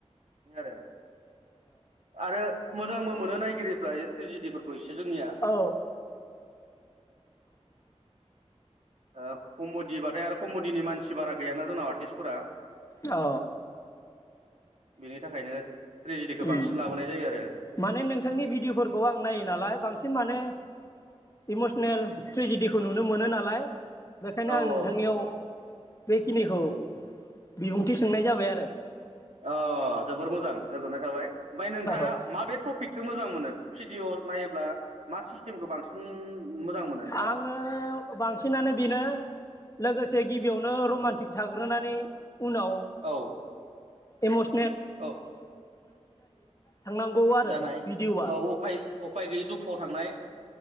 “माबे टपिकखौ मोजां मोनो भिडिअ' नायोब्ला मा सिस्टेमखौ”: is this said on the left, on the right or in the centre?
Right